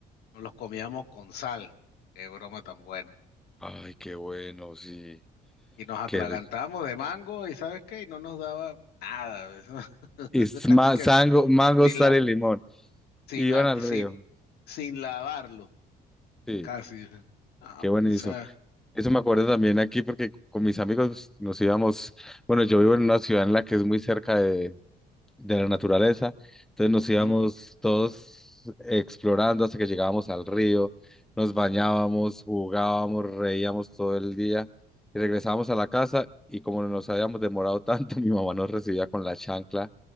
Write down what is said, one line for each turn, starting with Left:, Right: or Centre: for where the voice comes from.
Left: nos los comíamos con sal. Qué broma tan buena.
Centre: Ay, qué bueno, sí.
Left: Y nos atragantábamos
Centre: qué rico.
Left: de mango y ¿sabes qué? Y no nos daba nada. <laughs> eso
Centre: Y es
Left: casi
Centre: ma-
Left: que...
Centre: sango- mango,
Left: Si
Centre: sal
Left: la,
Centre: y limón.
Left: sin
Centre: Y iban
Left: la,
Centre: al
Left: sin,
Centre: río.
Left: sin lavarlo,
Centre: Sí,
Left: casi. Ah,
Centre: qué
Left: hombre,
Centre: buenísimo.
Left: o sea,
Centre: Eso me acuerdo también aquí porque con mis amigos nos íbamos, bueno, yo vivo en una ciudad en la que es muy cerca de la naturaleza. Entonces nos íbamos
Left: ¿Mm?
Centre: todos explorando hasta que llegábamos al río, nos bañábamos, jugábamos, reíamos todo el día y regresábamos a la casa y como nos habíamos demorado tanto, <laughs> mi mamá nos recibía con la chancla